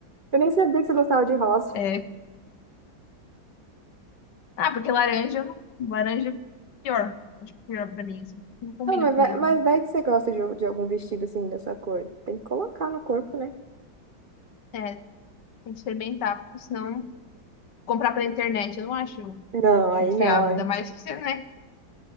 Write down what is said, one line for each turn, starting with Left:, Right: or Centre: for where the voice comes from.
Right: Eu nem sabia que você gostava de rosa.
Left: É, Ah, porque laranja, eu não- laranja é pior. Acho que é pior pra mim, assim. Não combina
Right: Ah, mas
Left: comigo.
Right: vai, mas vai que você gosta de, de algum vestido assim dessa cor. Tem que colocar no corpo, né?
Left: É, tem que experimentar, porque senão comprar pela internet eu não acho
Right: Não, aí
Left: confiável.
Right: não,
Left: Ainda
Right: né?
Left: mais que você, né?